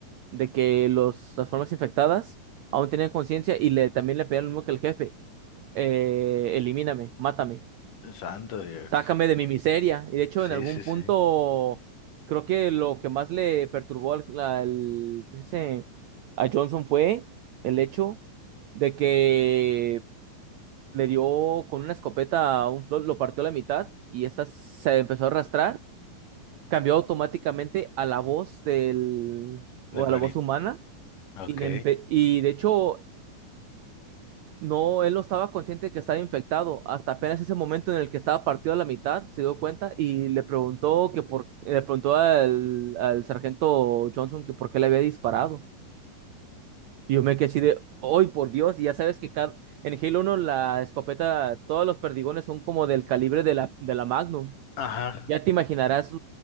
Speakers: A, on the right; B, on the left.
A: de que los, las formas infectadas aún tenían conciencia y le, también le pedían lo mismo que el jefe, eh, elimíname, mátame
B: Santo Dios.
A: sácame de mi miseria. Y de hecho, en
B: Sí,
A: algún
B: sí,
A: punto,
B: sí.
A: creo que lo que más le perturbó al, al- ¿qué se dice? a Johnson fue el hecho de que le dio con una escopeta a un flot, lo partió a la mitad y esta se empezó a arrastrar. Cambió automáticamente a la voz del, o
B: Del
A: a
B: marín.
A: la voz humana.
B: Ok.
A: Y, le empe- y de hecho, No, él no estaba consciente que estaba infectado. Hasta apenas ese momento en el que estaba partido a la mitad, se dio cuenta y le preguntó que por, le preguntó al, al sargento Johnson que por qué le había disparado. Y yo me quedé así de, ¡ay, por Dios! Y ya sabes que cada, en Halo 1 la escopeta, todos los perdigones son como del calibre de la, de la Magnum.
B: Ajá.
A: Ya te imaginarás